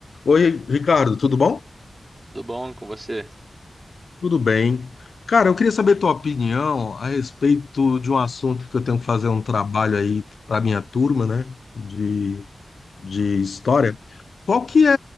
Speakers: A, on the left; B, on the right.
A: Oi, Ricardo, tudo bom?
B: Tudo bom com você?
A: Tudo bem. Cara, eu queria saber tua opinião a respeito de um assunto que eu tenho que fazer um trabalho aí para minha turma, né, de, de história. Qual que é,